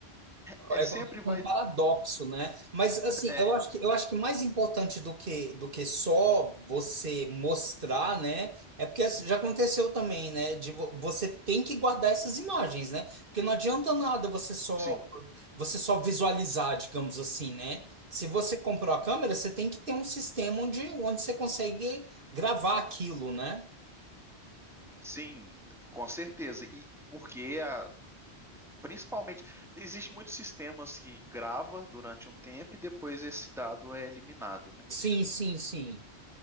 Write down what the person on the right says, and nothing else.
É
como se fosse
um paradoxo, né? Mas assim,
eu acho que eu acho que mais importante do que do que só você mostrar, né? É porque assim, já aconteceu também, né? De vo- você tem que guardar essas imagens, né? Porque não adianta nada você só
você só visualizar, digamos assim, né? Se você comprou a câmera, você tem que ter um sistema onde onde você consegue gravar aquilo, né?
Sim, sim, sim.